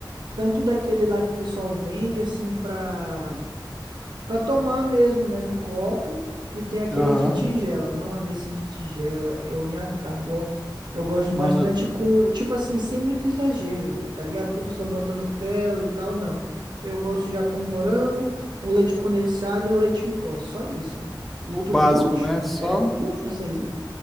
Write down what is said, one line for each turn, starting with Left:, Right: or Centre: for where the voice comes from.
Right: tanto daquele lá que o pessoal vende assim pra Pra tomar mesmo, né? No copo. E tem aqueles
Centre: Aham.
Right: de tigela. Mano, esse de tigela, eu me acabo, ó. Eu gosto
Centre: Mano,
Right: bastante com. Tipo assim, sem muito exagero, mano, tá ligado? Porque o pessoal bota Nutella e tal, não. Eu gosto já com morango, um leite condensado e um leite em pó. Só isso, mano. E
Centre: o
Right: tu
Centre: básico,
Right: curte?
Centre: né? Só,
Right: É, tu curte um açaizinho?